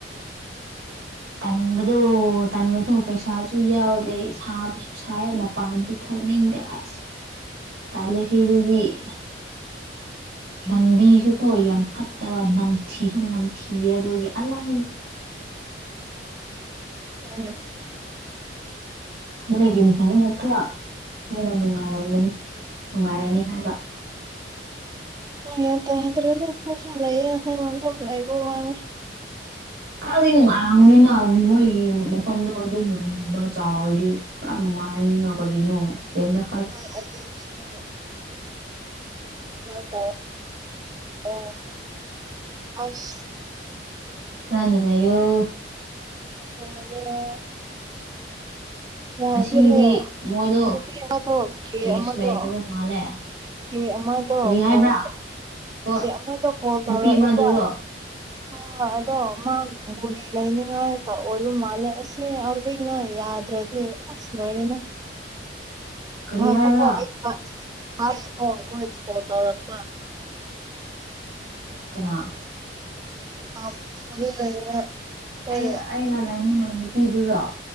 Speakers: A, on the right; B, on the right.
A: ꯇꯟꯕꯗꯣ ꯇꯟꯕꯗꯣ ꯄꯩꯁꯥꯁꯨ ꯌꯥꯎꯗꯦ ꯁꯥꯕꯁꯨ ꯁꯥꯏ ꯃꯄꯥꯟꯁꯨ ꯊꯣꯛꯅꯤꯡꯗꯦ ꯑꯁ ꯇꯜꯂꯦ ꯁꯤꯗꯗꯤ <inaudible> ꯂꯝꯕꯤꯁꯨ ꯄꯣ ꯌꯥꯝ ꯐꯠꯇꯕ ꯅꯝꯊꯤꯁꯨ ꯅꯝꯊꯤꯑꯦ ꯑꯗꯨꯒꯤ ꯑꯂꯥꯏ
B: ꯎꯝ
A: <inaudible> ꯅꯣꯏꯒꯤ ꯈꯔ ꯍꯦꯟꯅ ꯅꯨꯡꯉꯥꯏꯔꯝꯒꯅꯤ ꯅꯨꯡꯉꯥꯏꯔꯅꯤ ꯍꯥꯏꯕ
B: ꯍꯣꯏ ꯌꯥꯟ ꯇꯥꯗ꯭ꯔꯥꯅ ꯑꯈꯣꯏꯁꯨ ꯂꯩꯌꯦ ꯍꯣꯌꯥꯝ ꯂꯩꯕꯩ ꯋꯥꯅꯦ꯫
A: ꯈꯗꯤꯅꯨꯡ ꯃꯅꯤꯅ ꯃꯣꯏ ꯃꯐꯝꯗꯣ ꯑꯗꯨꯝ ꯔꯨꯕ ꯆꯥꯎꯔꯤ ꯄꯨꯔꯥ ꯅꯨꯡꯉꯥꯏꯔꯤꯅꯣ ꯀꯔꯤꯅꯣ ꯀꯝꯗ
B: <unintelligible> ꯃ ꯇ ꯑ ꯑꯁ
A: ꯅꯨꯪꯉꯥꯏꯅ ꯂꯩꯌꯣ ꯫
B: ꯑꯣ ꯌꯥꯗ꯭ꯔꯦꯍꯦ
A: ꯉꯁꯤꯗꯤ ꯃꯣꯏꯗꯣ
B: ꯑꯃꯥꯄꯤ ꯉꯛꯇ꯭ꯔꯣ ꯒꯦ
A: ꯀꯦꯁ
B: ꯑꯃꯒ
A: ꯂꯩꯇꯕ ꯃꯥꯜꯂꯦ
B: ꯀꯦ ꯑꯃꯗꯣ
A: ꯀꯔꯤ ꯍꯥꯏꯕ꯭ꯔꯥ
B: ꯀꯣꯜ
A: ꯍꯣꯏ
B: ꯀꯦ ꯑꯃꯗꯣ ꯀꯣꯜ
A: ꯅꯨꯄꯤ
B: ꯇꯧꯔꯛꯑꯦꯕ
A: ꯑꯃꯗꯨꯔꯣ
B: ꯍꯣ ꯍꯣꯏ ꯑꯗꯣ ꯃꯥ ꯒꯨꯔꯤ ꯂꯩꯅꯤꯡꯉꯥꯏꯇ ꯑꯣꯏꯕ ꯃꯥꯜꯂꯦ ꯑꯁꯤꯅꯤ ꯍꯧꯖꯤꯛ ꯅꫭꯏ ꯌꯥꯗ꯭ꯔꯗꯤ ꯑꯁ ꯂꯣꯏꯔꯦꯅ
A: <inaudible> ꯀꯔꯤ
B: ꯉꯥꯏꯈꯣꯀꯣ
A: ꯍꯥꯏꯕ꯭ꯔꯥ
B: ꯑꯩ ꯃꯥ ꯍꯥꯏꯒꯦ ꯀꯣ ꯃꯣꯏ ꯀꯣꯜ ꯇꯧꯔꯛꯄ
A: ꯀꯅꯥ
B: <unintelligible> ꯍꯣꯏ
A: ꯑꯩ-ꯑꯩꯅ ꯂꯩꯃꯤꯟꯅꯕ ꯅꯨꯄꯤꯗꯨꯔꯣ?